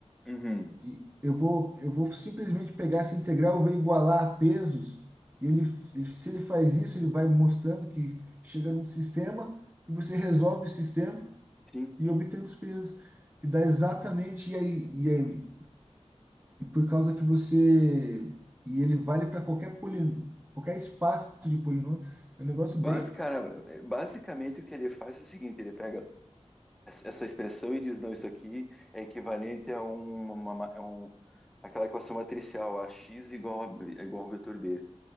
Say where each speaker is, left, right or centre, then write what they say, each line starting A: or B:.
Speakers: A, in the centre; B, on the right.
A: Uhum,
B: E eu vou, eu vou simplesmente pegar essa integral, eu vou igualar a pesos. E ele, ele- se ele faz isso, ele vai mostrando que chega num sistema e você resolve o sistema
A: sim.
B: e obtém os pesos, que dá exatamente. E aí, e aí, e por causa que você. E ele vale para qualquer polino, qualquer espaço de polinômio. É um negócio
A: Basi-
B: bem.
A: cara, é, basicamente o que ele faz é o seguinte, ele pega essa essa expressão e diz, não, isso aqui é equivalente a um, uma, ma- a um- aquela equação matricial, a x igual a, B- é igual ao vetor b.